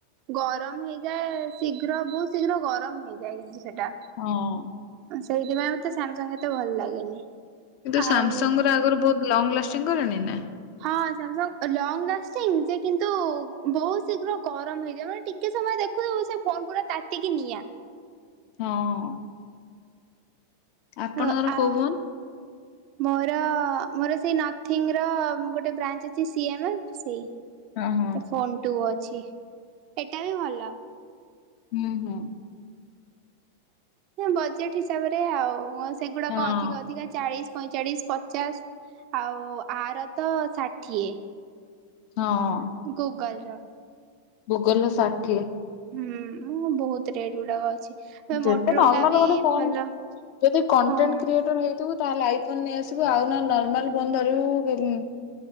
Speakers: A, on the right; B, on the left.
A: ଗରମ ହେଇଯାଏ ଶୀଘ୍ର ବହୁତ ଶୀଘ୍ର ଗରମ ହେଇଯାଏ କିନ୍ତୁ ସେଟା
B: ହଁ
A: ସେଇଥିପାଇଁ ମତେ ସାମସଙ୍ଗ ଏତେ ଭଲ ଲାଗେନି।
B: କିନ୍ତୁ
A: ଆଉ
B: ସାମସଙ୍ଗ ର ଆଗରୁ ବହୁତ ଲଙ୍ଗ ଲାଷ୍ଟିଂ କରେଣି ନା?
A: ହଁ ସାମଙ୍ଗ ଲଙ୍ଗ ଲାଷ୍ଟିଙ୍ଗ ଯେ କିନ୍ତୁ ବହୁତ ଶୀଘ୍ର ଗରମ ହେଇଯାଏ ମାନେ ଟିକେ ସମୟ ଦେଖ ସେ ଫୋନ ପୁରା ତାତିକି ନିଆଁ।
B: ହଁ ଆପଣଙ୍କର
A: ହ ଆ
B: କୋଉ ଫୋନ୍?
A: ମୋର ମୋର ସେଇ ନର୍ଥିଙ୍ଗର ଗୋଟେ ବ୍ରାଞ୍ଚ ଅଛି ସିଏମ୍ ଏ ସେଇ
B: ଓ ହଁ
A: ଫୋନ୍ ଟୁ ଅଛି ଏଟା ବି ଭଲ
B: ହୁଁ ହୁଁ
A: ବଜେଟ୍ ହିସାବରେ ଆଉ ସେଗୁଡାକ
B: ହଁ
A: ଅଧି ଅଧିକା ଅଧିକା ଚାଳିଶ ପଇଁଚାଳିଶ ପଚାଶ ଆଉ ଆର ତ ଷାଠିଏ
B: ହଁ
A: ଗୁଗଲର
B: ଗୁଗଲ ର ଷାଠିଏ
A: ହୁଁ ବହୁତ ରେଟ୍ ଗୁଡାକ ଅଛି
B: ଯେତେ
A: ମୋଟରୋଲା
B: ନର୍ମାଲ
A: ବି
B: ଗୋଟେ ଫୋନ୍
A: ଭଲ
B: ଯଦି କଣ୍ଟେଣ୍ଟ
A: ହଁ।
B: କ୍ରିଏଟର ହେଇ ଥିବୁ ତାହେଲେ ଆଇ ଫୋନ ନେଇ ଆସିବୁ ଆଉ ନର୍ମାଲ ଫୋନ୍ ଧରିବୁ